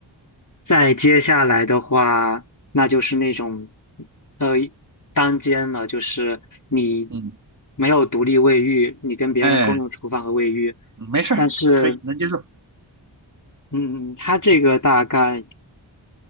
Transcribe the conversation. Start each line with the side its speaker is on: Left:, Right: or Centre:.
Left: 再接下来的话，那就是那种，呃，单间了，就是你
Right: 嗯，
Left: 没有独立卫浴，你跟别人共用厨房和卫浴，
Right: 哎，没事儿，
Left: 但是，
Right: 可以能接受。
Left: 嗯，它这个大概